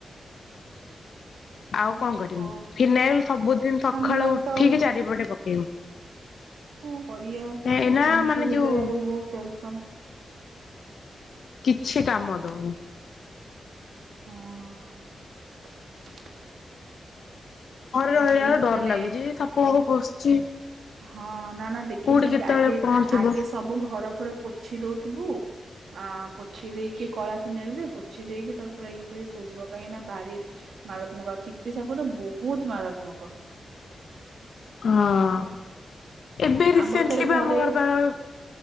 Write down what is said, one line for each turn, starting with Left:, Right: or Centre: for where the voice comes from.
Right: <inaudible>
Left: ଆଉ କଣ କରିମି,
Right: ଓ
Left: ଫିନାଇଲ ସବୁଦିନ ସକାଳେ
Right: ମାନୁନାହାନ୍ତି
Left: ଉଠିକି
Right: ଆଉ
Left: ଚାରିପଟେ ପକେଇମି।
Right: <unintelligible> କରିବା,
Left: ଏଇନା
Right: ଏମିତି
Left: ମାନେ
Right: ହେଲେ
Left: ଯୋଉ
Right: ବହୁତ ଟେନସନ।
Left: କିଛି କାମ ଦଉନି।
Right: ହଁ
Left: ହରେ
Right: ତ
Left: ହରେଳେ
Right: ବହୁତ
Left: ଡର
Right: ମାନେ
Left: ଲାଗୁଛି ସାପ ପାପ ପଶୁଛି।
Right: ହଁ ନା ନା ଦେଖିଚାଇଁକି
Left: କୋଉଠି କେତେବେଳେ
Right: ଆଗେ
Left: କଣ ଥିବ।
Right: ଆଗେ ସବୁ ଘର ଫର ପୋଛି ଦଉ ତୁବୁ <unintelligible> ଆ ପୋଛି ଦେଇକି, କଳା ଫିନାଇଲ ରେ ପୋଛି ଦେଇକି ତାକୁ ପୁରା ଇଏ କରି ଶୋଉଥିବ, କାହିଁକି ନା ବାରି ମାରାତ୍ମକ ଆଉ ଚିତ୍ତି ସାପ ତ ବହୁତ ମାରାତ୍ମକ।
Left: ହଁ। ଏବେ ରିସେଣ୍ଟଲି
Right: ଆମର ଥରେ
Left: ବି
Right: ଘରେ,
Left: ଆମ ଘର ପାଖରେ